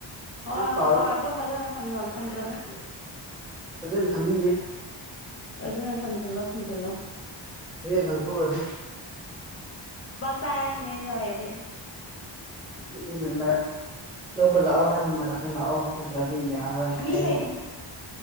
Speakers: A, on the left (about 30°); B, in the centre.
A: ꯍꯣꯏ ꯍꯣꯏ
B: ꯀꯥꯎ
A: ꯍꯣꯏ ꯑꯗꯨꯝ ꯐꯖꯅ ꯊꯝꯖꯜꯂꯣ ꯊꯝꯖꯜꯂꯣ
B: ꯐꯖꯅ ꯊꯝꯅꯤꯡꯁꯦ
A: ꯐꯖꯅ ꯊꯝꯖꯜꯂꯣ ꯊꯝꯖꯜꯂꯣ
B: ꯂ ꯊꯔꯅꯦ
A: ꯁꯔ ꯀꯅꯤꯔꯤ ꯇꯋꯥꯗꯤ
B: ꯎꯅꯗ ꯂꯧꯕ ꯂꯥꯛꯑꯣ ꯍꯥꯏꯕ ꯃꯔꯝꯗ ꯂꯥꯛꯑꯣ ꯅꯠꯇ꯭ꯔꯗꯤ ꯌꯥꯔꯔꯣꯏ
A: ꯃꯤ
B: ꯑꯩ